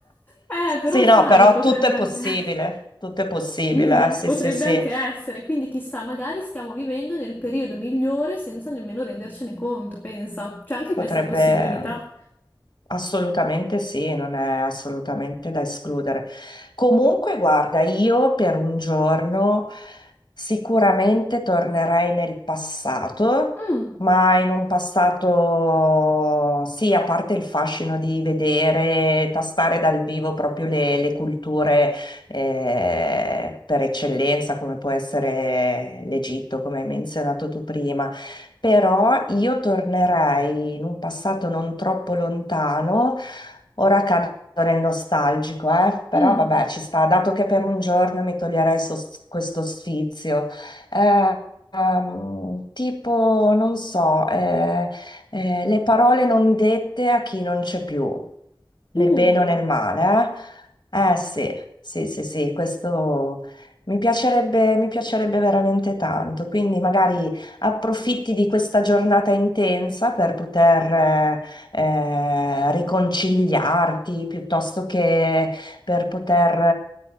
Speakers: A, on the left (about 20°); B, on the left (about 55°).
A: Eh, però
B: Sì,
A: sai,
B: no, però
A: potrebbe
B: tutto è
A: anche
B: possibile,
A: essere.
B: tutto è possibile.
A: Mhm,
B: eh, Sì,
A: potrebbe
B: sì, sì,
A: anche essere, quindi chissà, magari stiamo vivendo nel periodo migliore senza nemmeno rendercene conto, pensa. C'è anche
B: potrebbe.
A: questa possibilità.
B: Assolutamente sì, non è assolutamente da escludere. Comunque, guarda, io per un giorno sicuramente tornerei nel passato,
A: Mm,
B: ma in un passato, sì, a parte il fascino di vedere, tastare dal vivo proprio le, le culture eh, per eccellenza, come può essere l'Egitto, come hai menzionato tu prima però io tornerei in un passato non troppo lontano Ora cado nel nostalgico, eh? Però
A: mm,
B: vabbè, ci sta, dato che per un giorno mi toglierai sos- questo sfizio. Eh, ehm, tipo, non so, eh, eh, le parole non dette a chi non c'è più, nel
A: uh,
B: bene o nel male, eh? Eh sì, sì, sì, sì, questo mi piacerebbe, mi piacerebbe veramente tanto, quindi magari approfitti di questa giornata intensa per poter... eh, eh, riconciliarti piuttosto che per poter